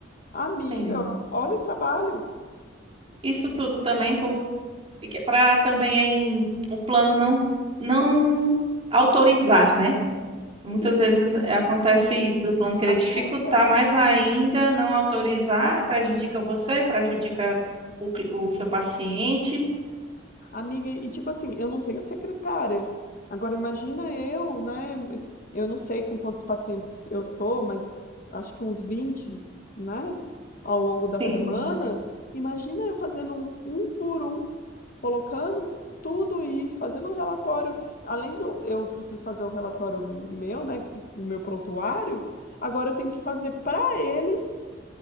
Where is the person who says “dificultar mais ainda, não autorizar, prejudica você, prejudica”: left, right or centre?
Right